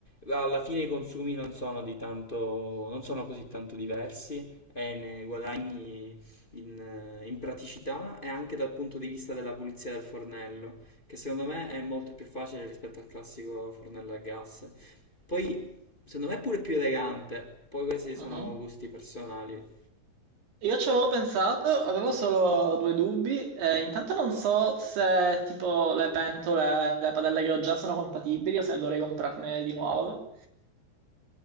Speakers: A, on the left; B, on the right.
A: Alla fine i consumi non sono di tanto, non sono così tanto diversi e ne guadagni in, eh, in praticità e anche dal punto di vista della pulizia del fornello, che secondo me è molto più facile rispetto al classico fornello a gas. Poi, secondo me è pure più elegante, poi questi
B: Mhm.
A: sono gusti personali.
B: Io ci avevo pensato, avevo solo due dubbi. Eh, intanto non so se tipo le pentole, le padelle che ho già sono compatibili o se dovrei comprarne di nuove.